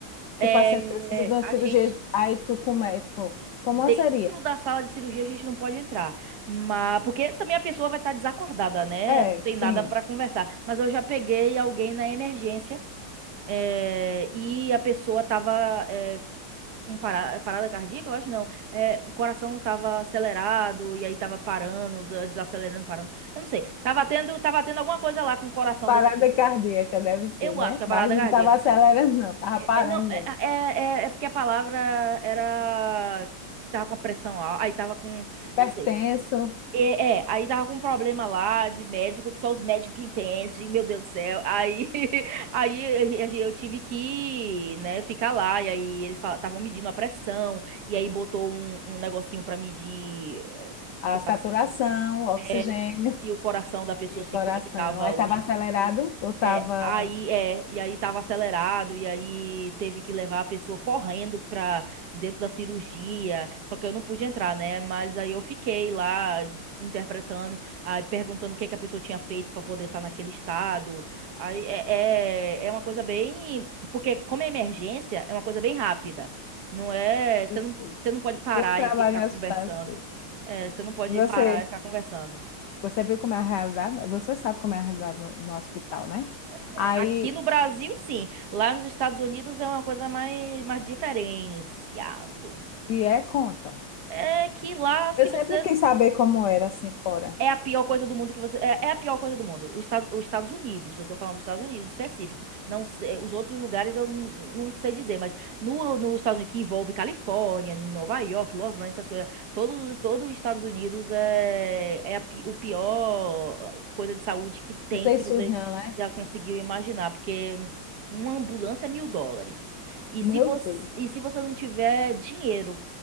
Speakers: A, on the left; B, on the right.
A: que
B: É,
A: o paciente precisa de uma
B: a
A: cirurgia?
B: gente.
A: Aí tu com o médico, como
B: Dentro
A: seria?
B: da sala de cirurgia a gente não pode entrar, mas porque também a pessoa vai estar desacordada, né?
A: É,
B: Não tem
A: sim.
B: nada para conversar. Mas eu já peguei alguém na emergência eh, e a pessoa tava eh, com para- parada cardíaca, eu acho não. Eh, o coração tava acelerado e aí tava parando, da- desacelerando, parando. Eu não sei. Tava tendo, tava tendo alguma coisa lá com o coração
A: Parada
B: dessa pessoa.
A: cardíaca deve ser,
B: Eu
A: né?
B: acho que é
A: Mas
B: parada
A: não
B: cardíaca.
A: estava acelerando, não, estava parando
B: É, não, é,
A: mesmo.
B: é, é é porque a palavra era que tava com a pressão alta, aí tava com,
A: Hipertenso.
B: eu não sei. É, é, aí tava com um problema lá de médico, que só os médicos que entendem, meu Deus do céu. Aí, <laughs> aí a gen- eu tive que, né, ficar lá, e aí eles estavam medindo a pressão, e aí botou um, um negocinho pra medir é,
A: A
B: o coração
A: saturação, o oxigênio
B: é, e o coração da pessoa
A: e o
B: se
A: coração.
B: conectava
A: Aí
B: os
A: estava acelerado
B: níveis.
A: ou estava.
B: É, aí é, e aí tava acelerado, e aí teve que levar a pessoa correndo pra dentro da cirurgia. Só que eu não pude entrar, né? Mas aí eu fiquei lá interpretando, aí perguntando o que que a pessoa tinha feito pra poder estar naquele estado. Aí é, é, é uma coisa bem, porque como é emergência, é uma coisa bem rápida. Não é, você
A: Eu sei.
B: não, você não pode parar
A: Eu trabalho
B: e ficar
A: em
B: conversando.
A: hospital, eu sei.
B: É, você não pode
A: Você,
B: parar e ficar conversando.
A: você viu como é a realidade? Você sabe como é a realidade no, no hospital, né?
B: É,
A: Aí,
B: Aqui no Brasil, sim. Lá nos Estados Unidos é uma coisa mais, mais diferenciado.
A: e é conta.
B: É que lá, se
A: Eu sempre
B: você
A: quis saber como era assim fora.
B: é a pior coisa do mundo que você. É, é a pior coisa do mundo. O Estado, os Estados Unidos, eu tô falando dos Estados Unidos específico. Não sei- os outros lugares eu não, não sei dizer, mas no, nos Estados Unidos, que envolve Califórnia, Nova York, Los Angeles, essas coisas. Todos, todo os Estados Unidos é, é a, pi- o pior ah, coisa de saúde que tem,
A: Não tem
B: que
A: SUS,
B: você
A: não, né?
B: já conseguiu imaginar, porque uma ambulância é mil dólares. E
A: Meu
B: se você,
A: Deus.
B: e se você não tiver dinheiro